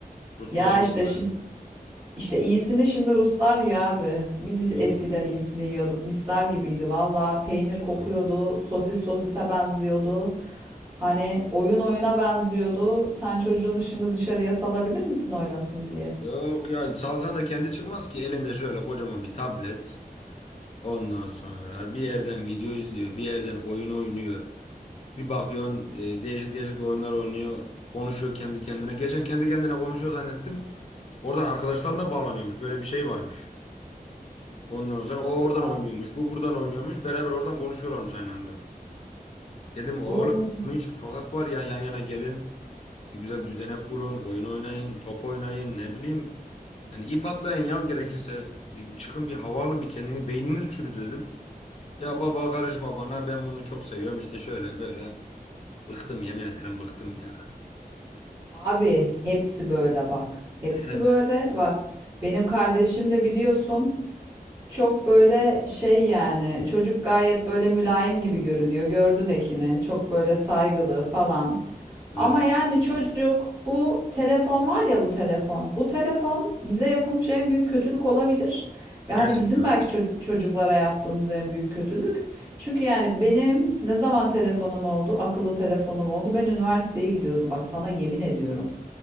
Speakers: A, on the left; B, on the right.
A: Ruslar
B: Ya
A: yiyor
B: işte
A: öyle.
B: İşte iyisini şimdi Ruslar yiyor abi. Biz
A: Vallahi.
B: eskiden iyisini yiyorduk. Misler gibiydi valla. Peynir kokuyordu.
A: Hmm.
B: Sosis sosise benziyordu. Hani oyun oyuna benziyordu. Sen çocuğunu şimdi dışarıya salabilir misin oynasın diye?
A: Yok ya salsan da kendi çıkmaz ki elinde şöyle kocaman bir tablet. Ondan sonra bir yerden video izliyor, bir yerden oyun oynuyor. Bir bakıyorsun e, değişik değişik oyunlar oynuyor. Konuşuyor kendi kendine. Geçen kendi kendine konuşuyor zannettim. Oradan arkadaşlarına bağlanıyormuş. Böyle bir şey varmış. Ondan sonra o
B: Allah.
A: oradan oynuyormuş. Bu buradan oynuyormuş. Beraber oradan konuşuyorlarmış aynı anda. Dedim
B: Abo.
A: oğlum bunun için sokak var ya yan yana gelin. Bir güzel düzenek kurun. Oyun oynayın. Top oynayın. Ne bileyim. Yani ip atlayın ya gerekirse. Bir çıkın bir hava alın. Bir kendini beyniniz çürüdü dedim. Ya baba karışma bana ben bunu çok seviyorum işte şöyle böyle. Bıktım yemin ederim bıktım ya.
B: Abi hepsi böyle bak. Hepsi
A: Hep
B: böyle bak. Benim kardeşimi de biliyorsun. Çok böyle şey yani çocuk gayet böyle mülayim gibi görünüyor. Gördün Ekin'i. Çok böyle saygılı falan.
A: evet.
B: Ama yani çocuk bu telefon var ya bu telefon. Bu telefon bize yapılmış en büyük kötülük olabilir. Ve hani
A: Gerçekten
B: bizim
A: öyle.
B: belki ço- çocuklara yaptığımız en büyük kötülük. Çünkü yani benim ne zaman telefonum oldu, akıllı telefonum oldu. Ben üniversiteye gidiyordum bak sana yemin ediyorum.